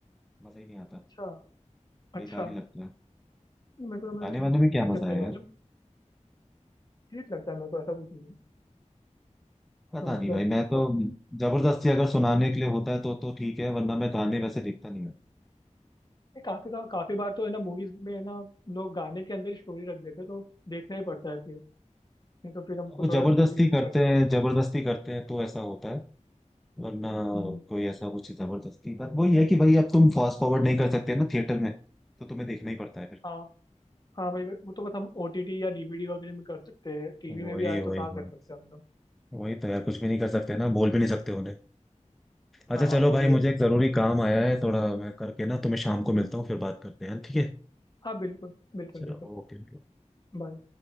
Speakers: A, in the centre; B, on the left.
A: मजा ही नहीं आता
B: अच्छा अच्छा
A: बेकार ही लगता है
B: मेरे को तो मेरे
A: गाने
B: को
A: वाने
B: ठीक
A: में क्या
B: ठीक
A: मजा
B: लगता
A: है
B: है गाने
A: यार
B: ठीक लगता है मेरे को ऐसा कुछ नहीं है
A: पता
B: तो मतलब
A: नहीं भाई मैं तो
B: का-
A: जबरदस्ती अगर सुनाने के लिए होता है तो तो ठीक है वरना मैं गाने वैसे देखता नहीं हूँ
B: ये काफी का, काफी बार तो है ना मूवीज में है ना लोग गाने के अंदर ही स्टोरी रख देते हैं तो देखना ही पड़ता है फिर नहीं तो फिर हमको
A: अब वो
B: थोड़ा
A: जबरदस्ती
B: स्टोरी मिस
A: करते
B: कर देते
A: हैं
B: हैं
A: जबरदस्ती करते हैं तो ऐसा होता है वरना
B: हम्म,
A: कोई ऐसा कुछ जबरदस्ती बट वही है कि भाई अब तुम फास्ट फॉरवर्ड नहीं कर सकते ना थिएटर में तो तुम्हें देखना ही पड़ता है फिर
B: हाँ हाँ भाई वो तो बस हम ओटीटी या डीवीडी वगैरह में कर सकते हैं टीवी
A: वही
B: में भी आए
A: वही
B: तो कहाँ कर
A: वही
B: सकते हैं हम लोग
A: वही तो यार कुछ भी नहीं कर सकते ना बोल भी नहीं सकते उन्हें अच्छा
B: हाँ हाँ
A: चलो
B: वो
A: भाई
B: भी है
A: मुझे एक जरूरी काम आया है थोड़ा मैं करके ना तुम्हें शाम को मिलता हूँ फिर बात करते हैं ठीक है
B: हाँ बिल्कुल बिल्कुल
A: चलो
B: बिल्कुल
A: ओके
B: Bye.